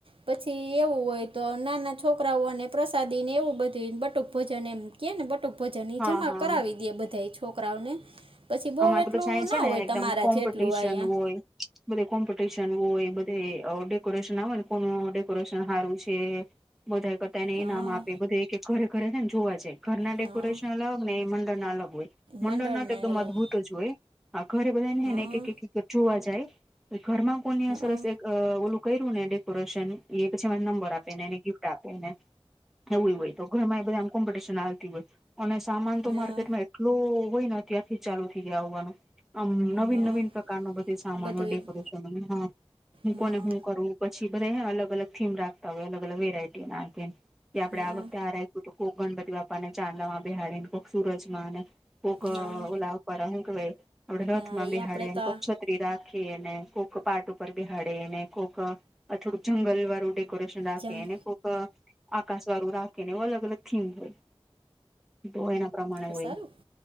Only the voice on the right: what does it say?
પછી એવું હોય તો નાના છોકરાઓને પ્રસાદી ને એવું બધું બટુક ભજન એમ કે ને ટ ભજન
જમા
કરાવી દે બધા છોકરાઓને. પછી બહુ
એટલું
ના
હોય
તમારા
જેટલું અહીંયા.
હા
હા
મંડળના
અલગ
હા
હા
હા
હા
બધુંય
હા
હા
હા
હા
આપણે
તો
આ
જંગ
સારું,